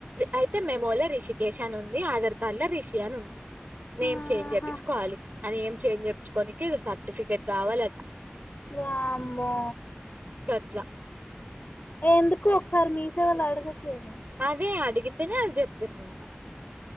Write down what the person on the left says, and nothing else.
ఆహా
వామ్మో
ఎందుకో ఒకసారి మీ సేవా లో అడగొచ్చు కాద